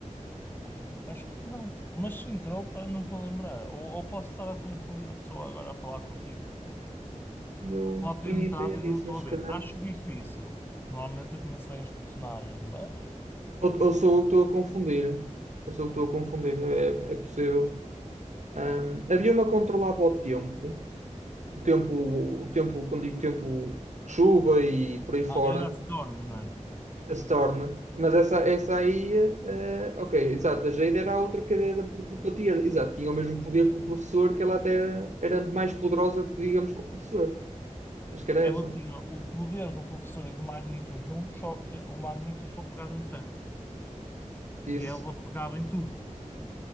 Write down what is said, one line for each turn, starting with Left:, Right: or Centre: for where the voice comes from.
Left: Pá, já não- acho que não. Mas se entrou, pá, não estou a lembrar. Ou, ou posso estar a confundir a pessoa agora a falar contigo.
Right: Eu
Left: Pode ter
Right: tenho
Left: entrado
Right: ideia disso,
Left: e não estou
Right: mas
Left: a
Right: se
Left: ver.
Right: calhar.
Left: Acho difícil. Normalmente eu conheço bem as personagens, mas
Right: Ou,
Left: não sou
Right: ou
Left: perfeito.
Right: sou eu que estou a confundir. Ou sou eu que estou a confundir, é, é possível. Ahm, havia uma que controlava o tempo. O tempo, o tempo, quando digo tempo, chuva e por aí fora
Left: Ah, era a Storm, não era?
Right: se torna, mas essa, essa aí, eh, ok, exato, a Jade era a outra cadeira por telepatia, exato, tinha o mesmo poder que o professor, que ela até era, era mais poderosa, digamos, que o professor, acho que era
Left: Ela
Right: essa,
Left: tinha o poder do professor e do Magneto juntos, só que o Magneto só pegava em ferro. E
Right: isso,
Left: ela pegava em tudo.